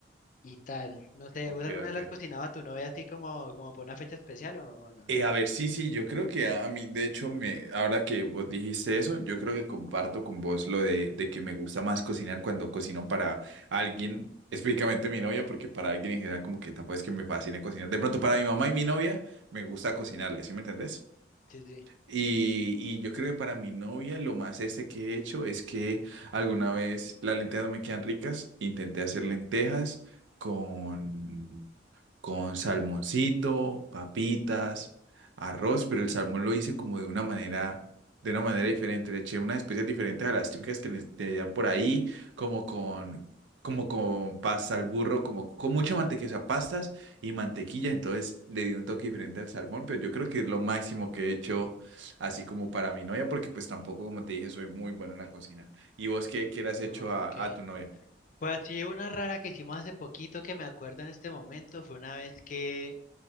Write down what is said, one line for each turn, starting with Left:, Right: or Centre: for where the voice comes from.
Left: y tal. No sé,
Right: Ok,
Left: ¿vos alguna
Right: ok.
Left: vez las cocinaba a tu novia así como, como por una fecha especial o, o no?
Right: Eh, a ver, sí, sí, yo creo que a, a mí, de hecho, me, ahora que vos dijiste eso, yo creo que comparto con vos lo de, de que me gusta más cocinar cuando cocino para alguien, específicamente mi novia, porque para alguien en general como que tampoco es que me fascine cocinar. De pronto, para mi mamá y mi novia, me gusta cocinarle, ¿sí me entendés?
Left: Sí, sí.
Right: Y, y yo creo que para mi novia lo más este que he hecho es que alguna vez las lentejas no me quedan ricas, intenté hacer lentejas con, con salmoncito, papitas, arroz, pero el salmón lo hice como de una manera, de una manera diferente, le eché unas especias diferentes a las típicas que le te dan por ahí, como con, como con pasta al burro, como con mucha mantequilla, o sea, pastas y mantequilla, entonces le di un toque diferente al salmón, pero yo creo que es lo máximo que he hecho así como para mi novia, porque pues tampoco, como te dije, soy muy bueno en la cocina. ¿Y vos qué, qué le has
Left: Ok.
Right: hecho a, a tu novia?
Left: Pues sí, una rara que hicimos hace poquito que me acuerdo en este momento fue una vez que,